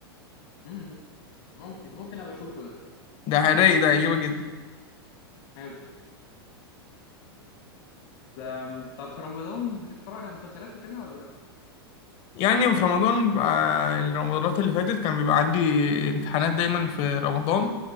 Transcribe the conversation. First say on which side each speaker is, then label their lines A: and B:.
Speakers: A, on the left; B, on the left.
A: مم. ممكن ممكن أبقى أشوفه ده
B: ده رايق ده هيعجبك جدا
A: حلو آم، طب في رمضان بتتفرج على مسلسلات وكده ولا؟
B: يعني في رمضان بيبقى الرمضانات اللي فاتت كان بيبقى عندي امتحانات دايما في رمضان